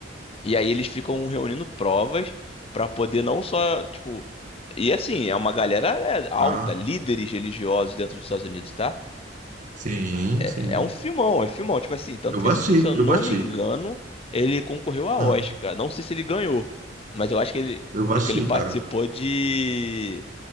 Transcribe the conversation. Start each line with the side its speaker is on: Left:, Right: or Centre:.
Left: E aí eles ficam reunindo provas pra poder não só, tipo... E assim, é uma galera é, alta,
Right: Ah,
Left: líderes religiosos dentro dos Estados Unidos, tá?
Right: sim,
Left: É,
Right: sim.
Left: é um filmão, é filmão. Tipo assim, tanto
Right: Eu
Left: que
Right: vou
Left: esse
Right: assistir,
Left: filme, se eu
Right: eu
Left: não
Right: vou assistir.
Left: me engano, ele concorreu a
Right: Ah,
Left: Oscar. Não sei se ele ganhou, mas eu acho que ele,
Right: eu vou assistir,
Left: que ele participou
Right: cara.
Left: de...